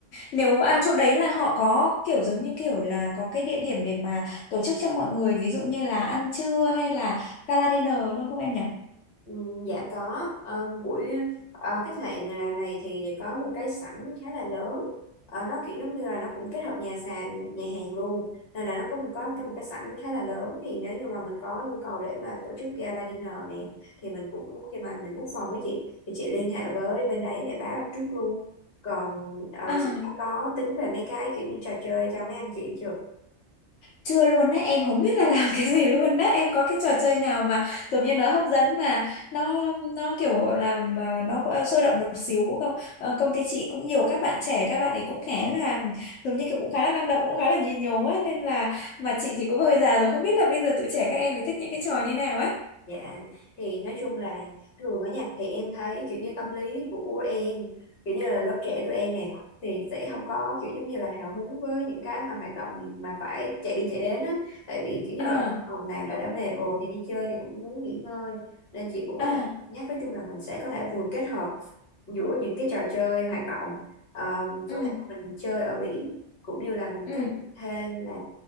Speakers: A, on the left (about 80°); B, on the left (about 60°).
A: nếu à, chỗ đấy là họ có kiểu giống như kiểu là có cái địa điểm để mà tổ chức cho mọi người ví dụ như là ăn trưa hay là gala dinner luôn không em nhỉ?
B: Ừ, dạ có Ờ, buổi ờ, khách sạn này, này thì có một cái sảnh khá là lớn Ờ, nó kiểu giống như là nó cũng kết hợp nhà sàn nhà hàng luôn nên là nó có một có cái- một cái sảnh khá là lớn thì nếu như mà mình có nhu cầu để mà tổ chức gala dinner nè thì mình cũng khi mà mình book phòng với chị thì chị liên hệ với bên đấy để báo đặt trước luôn còn ờ,
A: À.
B: chị đã có tính về mấy cái kiểu như trò chơi cho mấy anh chị chưa
A: Chưa luôn á, em không biết là làm cái gì luôn á, em có cái trò chơi nào mà giống như nó hấp dẫn mà nó nó kiểu làm ờ, nó có sôi động một xíu không? Ờ, công ty chị cũng nhiều các bạn trẻ, các bạn ấy cũng khá là giống như kiểu cũng khá là năng động, cũng khá là nhí nhố ấy nên là mà chị thì cũng hơi già rồi, không biết là bây giờ tụi trẻ các em thì thích những cái trò như nào ấy.
B: Dạ, thì nói chung là thường ở nhà thì em thấy kiểu như tâm lý của em, kiểu như là lớp trẻ tụi em nè, thì sẽ không có kiểu giống như là hào hứng với những cái mà hoạt động mà phải chạy đi chạy đến á. Tại vì kiểu như
A: À,
B: ở văn phòng làm đã đã mệt rồi thì đi chơi thì cũng muốn nghỉ ngơi. Nên chị cũng có
A: à,
B: thể cân nhắc nói chung là mình sẽ có thể vừa kết hợp giữa những cái trò chơi hoạt động, uh,
A: ừ,
B: có thể mình chơi ở biển cũng như là mình
A: ừ,
B: kết hợp thêm là